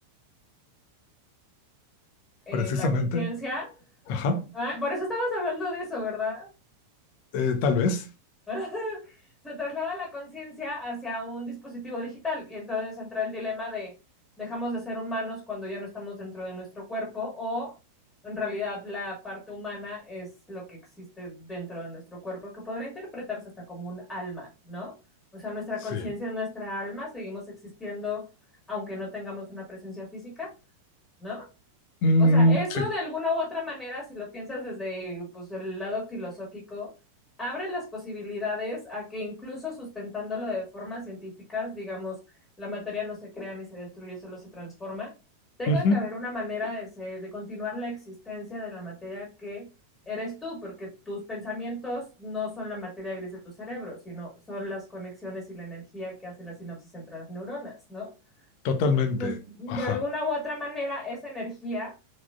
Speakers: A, on the left; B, on the left.
A: eh,
B: Precisamente,
A: la conciencia.
B: ajá,
A: Ay, por eso estabas hablando de eso, ¿verdad?
B: eh, tal vez,
A: <laughs> Se traslada la conciencia hacia un dispositivo digital y entonces entra el dilema de dejamos de ser humanos cuando ya no estamos dentro de nuestro cuerpo o en realidad la parte humana es lo que existe dentro de nuestro cuerpo, que podría interpretarse hasta como un alma, ¿no? O sea, nuestra
B: sí.
A: conciencia es nuestra alma, seguimos existiendo aunque no tengamos una presencia física, ¿no?
B: Mm,
A: O sea, eso
B: sí,
A: de alguna u otra manera, si lo piensas desde pues, el lado filosófico, abre las posibilidades a que incluso sustentándolo de formas científicas, digamos, la materia no se crea ni se destruye, solo se transforma, tenga
B: ujú,
A: que haber una manera de, se- de continuar la existencia de la materia que eres tú, porque tus pensamientos no son la materia gris de tu cerebro, sino son las conexiones y la energía que hacen las sinapsis entre las neuronas, ¿no?
B: totalmente,
A: Entonces, de
B: ajá.
A: alguna u otra manera, esa energía